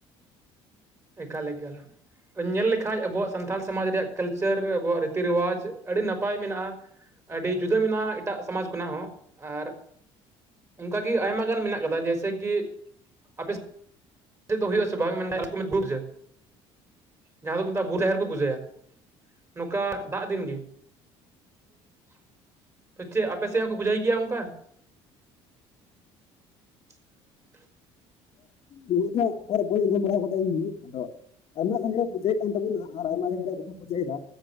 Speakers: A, on the right; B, on the left.
A: ᱮᱠᱟᱞ ᱮᱜᱟᱞ᱾ ᱧᱮᱞ ᱞᱮᱠᱷᱟᱡ ᱟᱵᱚᱣᱟᱜ ᱥᱟᱱᱛᱟᱲ ᱥᱚᱢᱟᱡᱽ ᱨᱮᱭᱟᱜ ᱠᱟᱞᱪᱟᱨ ᱟᱵᱚᱣᱟᱜ ᱨᱤᱛᱤ ᱨᱮᱣᱟᱡᱽ ᱟᱹᱰᱤ ᱱᱟᱯᱟᱭ ᱢᱮᱱᱟᱜ-ᱟ᱾ ᱟᱹᱰᱤ ᱡᱩᱫᱟᱹ ᱢᱮᱱᱟᱜ-ᱟ ᱮᱴᱟᱜ ᱥᱚᱢᱟᱡᱽ ᱠᱷᱚᱱᱟᱜ ᱦᱚᱸ, ᱟᱨᱼᱼ ᱚᱱᱠᱟᱜᱮ ᱟᱭᱢᱟ ᱜᱟᱱ ᱢᱮᱱᱟᱜ ᱠᱟᱫᱟ ᱡᱮᱭᱥᱮ ᱠᱤ ᱟᱯᱮ ᱥᱮᱫ ᱟᱯᱮ ᱥᱮᱫ ᱫᱚ ᱦᱩᱭᱩᱜ- ᱟ ᱥᱮ ᱵᱟᱝ ᱢᱮᱱᱠᱷᱟᱡ ᱟᱞᱮ ᱥᱮᱜ ᱠᱚ ᱵᱩᱡᱟᱹ, ᱡᱟᱦᱟᱸ ᱫᱚ ᱠᱚ ‌ᱢᱮᱛᱟᱜ-ᱟ ᱵᱩ ᱡᱟᱦᱮᱨ ᱠᱚ ᱯᱩᱡᱟᱹᱭᱟ᱾ ᱱᱚᱠᱟ ᱫᱟᱜ ᱫᱤᱱ ᱜᱤ᱾ <inaudible> ᱯᱟᱪᱮᱜ ᱟᱯᱮ ᱥᱮᱜ ᱦᱚᱸᱠᱚ ᱯᱩᱡᱟᱹᱭ ᱜᱮᱭᱟ ᱚᱱᱠᱟ? <inaudible>
B: ᱤᱧ ᱫᱚ ᱦᱟᱸᱜ ᱚᱠᱟᱨᱮ ᱵᱟᱹᱧ ᱟᱸᱡᱚᱢ ᱵᱟᱲᱟ ᱠᱟᱫᱟ ᱤᱧ ᱜᱤ ᱾ ᱟᱫᱚᱼᱼ ᱟᱭᱢᱟ ᱡᱟᱭᱜᱟ ᱨᱮ ᱯᱩᱡᱟᱹᱭ ᱠᱟᱱ ᱛᱟᱵᱚᱱᱟ ᱟᱨ ᱟᱭᱢᱟ ᱡᱟᱭᱜᱟ ᱨᱮ ᱵᱟᱠᱚ ᱯᱩᱡᱟᱹᱭ ᱫᱟ᱾